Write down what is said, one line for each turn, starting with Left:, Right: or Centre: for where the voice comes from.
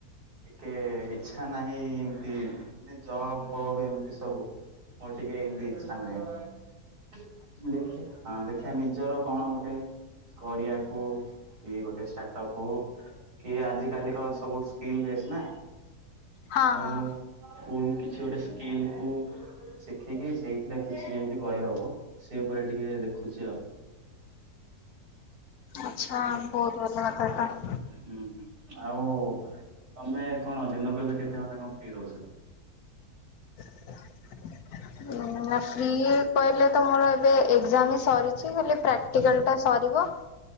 Right: ଟିକେ ଇଚ୍ଛା ନାହିଁ ଏମିତି ମା ଜବ୍ ଫବ୍ ଏମିତି ସବୁ। ମୋର ଟିକେ ଏମିତି ଇଚ୍ଛା ନାହିଁ ଦେଖେ ହଁ ଦେଖିବା ନିଜର। କଣ ଗୋଟେ କରିବାକୁ କି ଗୋଟେ ଷ୍ଟାର୍ଟ ଅପ ହଉ କି ଆଜି। କାଲି କ ସବୁ ସ୍କିଲ୍ ବେସ୍ ନା
Left: ହଁ
Right: ତେଣୁ
Left: ହଁ
Right: କୁ କିଛି ଗୋଟେ। କିଲ କୁ। ଶିଖିକି ସେଇଥିରେ କିଛି ଯେମିତି କରିହବ ସେ ଉପରେ ଟିକେ ଦେଖୁଛି ଆଉ।
Left: ଆଚ୍ଛା ବହୁତ ଭଲ କଥା ତ।
Right: ହୁଁ ହୁଁ ଆଉ ତମେ କଣ ଦିନକୁ ଏବେ କେତେ ଘଣ୍ଟା କ ରହୁଚ।
Left: ଓ ଆ ଫ୍ରି କହିଲେ ତ ମୋର। ଏବେ ଏକ୍ଜାମ ବି ସରିଛି ଖାଲି ପ୍ରାକ୍ଟିକାଲ। ସରିବ